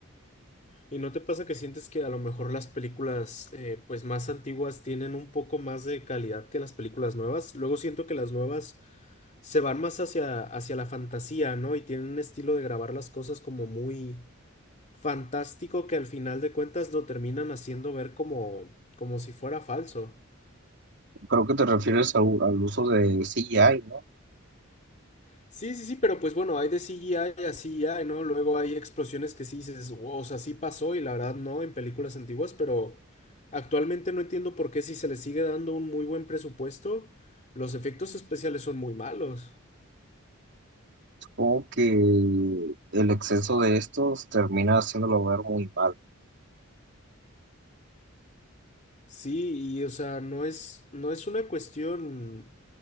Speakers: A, on the left; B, on the right.
A: ¿Y no te pasa que sientes que a lo mejor las películas eh, pues más antiguas tienen un poco más de calidad que las películas nuevas? Luego siento que las nuevas se van más hacia, hacia la fantasía, ¿no? Y tienen un estilo de grabar las cosas como muy fantástico que al final de cuentas lo terminan haciendo ver como, como si fuera falso.
B: Creo que te refieres al, al uso de CGI, ¿no?
A: Sí, sí, sí, pero pues bueno, hay de CGI a CGI, ¿no? Luego hay explosiones que sí dices, "Wow, o sea, sí pasó y la verdad no en películas antiguas, pero actualmente no entiendo por qué si se le sigue dando un muy buen presupuesto, los efectos especiales son muy malos.
B: Supongo que el exceso de estos termina haciéndolo ver muy mal.
A: Sí, y o sea, no es, no es una cuestión.